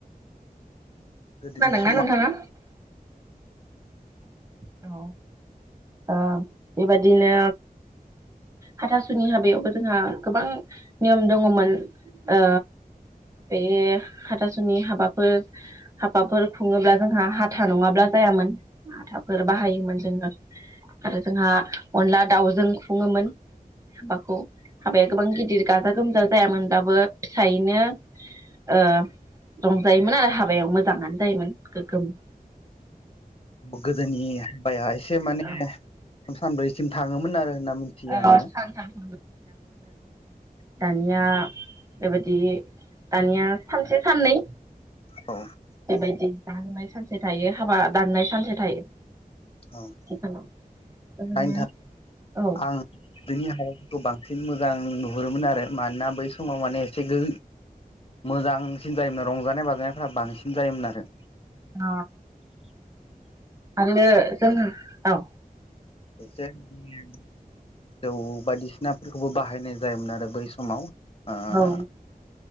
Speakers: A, on the left; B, on the right.
A: गोदोनि
B: खोनादोंना
A: समाव
B: नोंथाङा? औ। ओ बेबादिनो हाथासुनि हाबायावबो जोंहा गोबां नियम दङ'मोन। ओ बे हाथासुनि हाबाफोर हाबाफोर खुङोब्ला जोंहा हाथा नङाब्ला जायामोन हाथाफोर बाहायोमोन जोङो। आरो जोंहा अनला दाउजों खुङोमोन। हाबाखौ। हाबाया गोबां गिदिर गाजा गोमजा जायामोनब्लाबो फिसायैनो ओ रंजायोमोन आरो हाबायाव मोजाङानो जायोमोन गोगोम।
A: गोदोनि हाबाया एसे माने
B: औ
A: सानब्रैसिम थाङोमोन आरो होनना मिथियो आङो।
B: ओ <unintelligible> दानिया बेबायदि दानिया सानसे साननै
A: औ।
B: बेबायदि जाहोनाय सानसे थायो हाबा दाननाय सानसे थायो।
A: औ।
B: आथिखालाव ओरैनो
A: नायनोथा <inaudible>
B: औ
A: आं बिनि हाबाफोरखौ बां बांसिन मोजां नुहुरोमोन आरो मानोना बै समाव माने एसे गो मोजांसिन जायोमोन रंजानाय बाजानायफ्रा बांसिन जायोमोन आरो।
B: अ आरो जोङो औ।
A: एसे माने जौ बायदिसिनाफोरखौबो बाहायनाय जायोमोन आरो बै समाव। ओ
B: औ।